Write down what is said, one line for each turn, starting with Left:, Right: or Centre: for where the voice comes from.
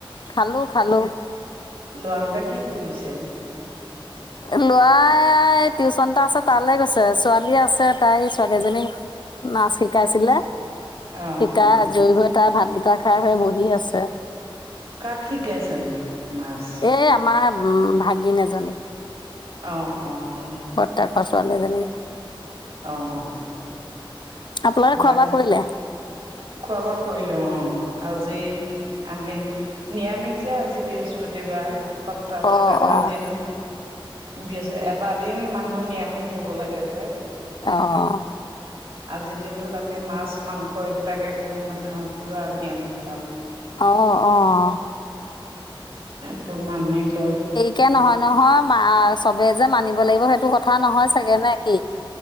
Left: খালো-খালো।
Right: লৌৱনটোৱে কি কৰিছে?
Left: এই লৱাই এই টিউচন এটা আছে তালৈ গৈছে ছোৱালী আছে তাই ছোৱালী এজনীক- নাচ শিকাইছিলে,
Right: অ
Left: শিকাই
Right: অ
Left: আজয়ি হৈ তাই ভাতকেইটা খাই হেই বহি আছে।
Right: কাক শিকাইছে নো নাছ?
Left: এই আমাৰ ভাগিন এজনীক।
Right: অঁ অঁ।
Left: বট্টাক ছোৱালী এজনী।
Right: অ অ
Left: আপোনাকে খোৱা
Right: বাক
Left: বোৱা কৰিলে।
Right: খোৱা বোৱা কৰিলোঁ অঁ আজি- আমি নিৰামিষ যে আজি বৃহস্পতিবাৰ সপ্তাহটোত
Left: অ',
Right: এটা
Left: অ',
Right: দিন- বিয়চ এটা দিন মানুহ নিৰামিষ হব লাগে যে।
Left: অঁ।
Right: আজিৰ দিনটোত আমি মাছ মাংস এইগিলাক একো নাখাওঁ পূৰা নিয়ামিষ খাওঁ।
Left: অঁ অঁ অ।
Right: সেটো মানি লয়।
Left: কে নহয় নহয় মা চবে যে মানিব লাগিব সেইটো কথা নহয় চাগে নে কি।